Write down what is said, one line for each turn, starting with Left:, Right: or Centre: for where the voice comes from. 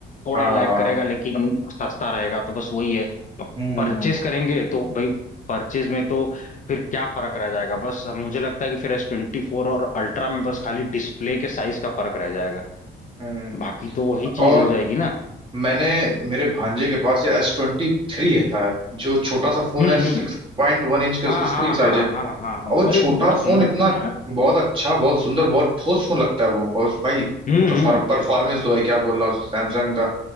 Left: थोड़ा
Right: हाँ
Left: लैग
Right: हाँ
Left: करेगा लेकिन सस्ता रहेगा तो बस वही है अब
Right: हम्म
Left: परचेज करेंगे तो भाई परचेज में तो फिर क्या फर्क रह जाएगा बस अब मुझे लगता है कि फिर एस ट्वेंटी फोर और अल्ट्रा में बस खाली डिस्प्ले के साइज का फर्क रह जाएगा
Right: हम्म
Left: बाकी तो वही चीज
Right: और
Left: हो जाएगी ना
Right: मैंने मेरे भांजे के पास ये एस ट्वेंटी थ्री है था जो छोटा सा फोन
Left: हम्म
Right: है सिक्स
Left: हम्म
Right: पॉइंट वन इंच के
Left: हाँ
Right: उसकी स्क्रीन
Left: हाँ हाँ
Right: साइज है
Left: हाँ हाँ हाँ
Right: और वो
Left: अरे
Right: छोटा
Left: वो बड़ा सुंदर
Right: फोन इतना
Left: फोन है यार
Right: बहुत अच्छा बहुत सुंदर बहुत ठोस फोन लगता है वो और उस भाई
Left: हम्म
Right: परफॉर्मेंस
Left: हम्म
Right: तो भाई क्या बोल रहा हूँ सैमसंग का